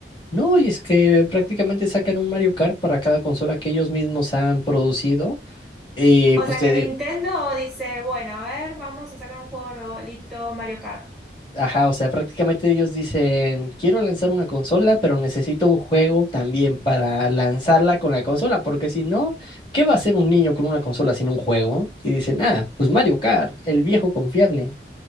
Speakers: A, on the left; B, in the centre.
A: no, y es que prácticamente sacan un Mario Kart para cada consola que ellos mismos han producido. Eh,
B: O
A: pues
B: sea
A: te
B: que
A: digo,
B: Nintendo dice, bueno, a ver, vamos a sacar un juego nuevo, listo, Mario Kart.
A: ajá, o sea, prácticamente ellos dicen, quiero lanzar una consola, pero necesito un juego también para lanzarla con la consola, porque si no, ¿qué va a hacer un niño con una consola sin un juego? Y dicen, ah, pues Mario Kart, el viejo confiable.